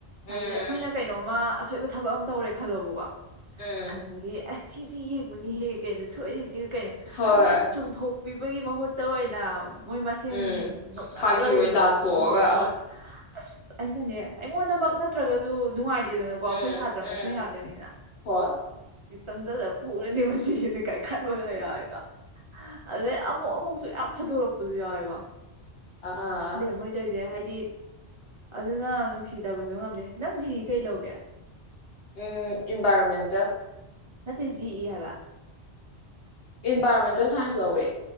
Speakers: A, on the left; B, on the right.
A: ꯎꯝ
B: ꯍꯥꯏꯗꯤ ꯑꯩꯈꯣꯏꯅ ꯀꯩꯅꯣꯝꯃ ꯑꯁꯣꯏꯕ ꯊꯕꯛ ꯑꯃ ꯇꯧꯔꯦ ꯈꯜꯂꯣꯕꯀꯣ
A: ꯎꯝ
B: ꯑꯗꯨꯦꯁ ꯁꯤꯁꯤ ꯌꯦꯡꯕꯅꯤ ꯍꯍꯦ ꯀꯩꯅꯣ ꯁꯣꯏꯔꯤꯁꯦ ꯀꯩꯅꯣ
A: ꯍꯣꯏ
B: ꯍꯥꯏꯗꯤ ꯆꯨꯝꯊꯣꯛꯄꯤꯕꯒꯤ ꯃꯍꯨꯠ ꯇꯑꯣ ꯑꯣꯏꯅ ꯃꯣꯏ ꯃꯁꯦꯟ
A: ꯎꯝ
B: ꯅꯣꯛꯅꯛꯑꯒ
A: ꯐꯥꯒꯤ
B: ꯂꯩꯕꯗꯣ
A: ꯑꯣꯏꯅ ꯇꯥꯊꯣꯛꯑꯒ
B: ꯍꯣ ꯍꯣꯏ ꯑꯁ ꯑꯩꯅꯅꯦ ꯑꯩꯉꯣꯟꯗꯃꯛ ꯅꯠꯇ꯭ꯔꯒꯁꯨ ꯅꯨꯡꯉꯥꯏ ꯀꯦꯗꯅꯀꯣ
A: ꯎꯝ
B: ꯑꯩꯈꯣꯏ ꯁꯥꯇ꯭ꯔ ꯃꯁ
A: ꯎꯝ
B: ꯉꯥꯛꯇꯅꯤꯅ
A: ꯍꯣꯏ
B: ꯆꯪꯁꯤꯜꯂꯒ ꯐꯔꯗꯤ ꯀꯥꯏ ꯈꯟꯕꯒ ꯌꯥꯎꯋꯦꯀ ꯑꯗꯩ ꯑꯃꯨꯛ ꯑꯃꯨꯛꯁꯨ ꯌꯥꯝ ꯊꯥꯗꯣꯔꯛꯄꯁꯨ ꯌꯥꯎꯏꯦꯀꯣ
A: ꯑꯥ
B: ꯃꯣꯏꯅ ꯇꯧꯁꯦ ꯍꯥꯏꯗꯤ ꯑꯗꯨꯅ ꯅꯨꯡꯁꯤꯗꯕꯁꯨ ꯉꯝꯗꯦ ꯅꯪ ꯀꯩ ꯂꯧꯒꯦ
A: ꯎꯝ ꯏꯟꯚꯥꯏꯔꯣꯟꯃꯦꯟꯇꯦꯜ
B: ꯅꯠꯇ ꯖꯤ ꯏ ꯍꯥꯏꯕ
A: ꯏꯟꯚꯥꯏꯔꯣꯣꯟꯃꯦꯟꯇꯦꯜ ꯁꯥꯏꯟꯁ ꯂꯧꯋꯦ